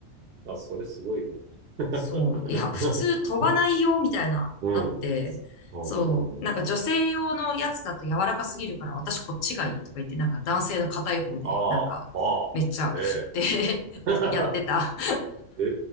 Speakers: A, on the right (about 65°); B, on the left (about 80°).
A: あ。あ、それすごいね。<laughs>
B: そう。いや、普通飛ばないよ、みたいな、
A: うん。
B: なって、
A: うんうんうん。
B: そう。なんか女性用のやつだと柔らかすぎるから、私こっちがいいとか言って、なんか男性の硬い方で、
A: ああ。
B: なんか、
A: ああ。
B: めっちゃ振って
A: ええ。
B: <laughs>
A: <laughs>
B: やってた。
A: え